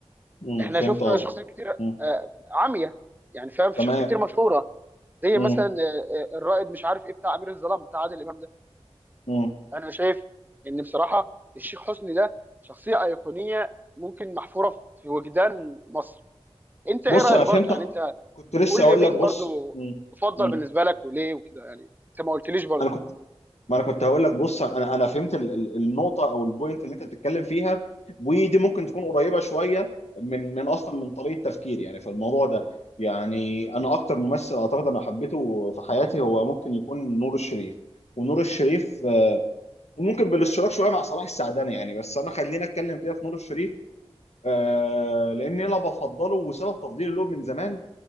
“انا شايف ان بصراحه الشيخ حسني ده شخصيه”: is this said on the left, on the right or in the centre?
Right